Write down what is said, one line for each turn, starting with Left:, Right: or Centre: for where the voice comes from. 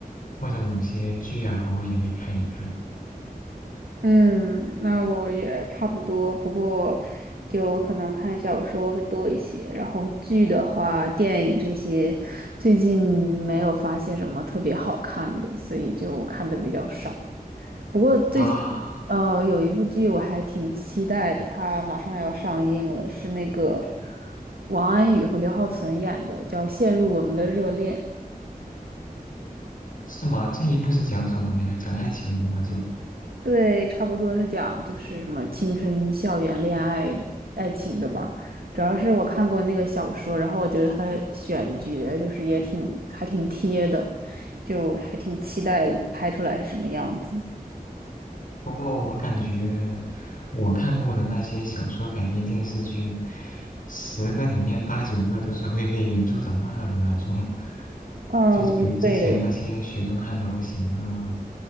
Left: 或者某些剧啊，偶尔也会看一看。
Right: 嗯，那我也差不多，不过就可能看小说会多一些，然后剧的话，电影这些最近没有发现什么特别好看的，所以就看的比较少。不过最近
Left: 啊，
Right: 呃有一部剧我还挺期待的，它马上要上映了，是那个王安宇和刘浩存演的，叫《陷入我们的热恋》。
Left: 是吗？这一部是讲什么的呀？讲爱情的吗？就。
Right: 对，差不多是讲就是什么青春校园恋爱爱情的吧。主要是我看过那个小说，然后我觉得它的选角就是也挺还挺贴的，就还挺期待拍出来是什么样子。
Left: 不过我感觉我看过的那些小说改编电视剧，十个里面八九个都是会被原著党骂的那种。<laughs>
Right: 嗯，
Left: 就比如之前那些《雪中悍刀行》啊，
Right: 对的，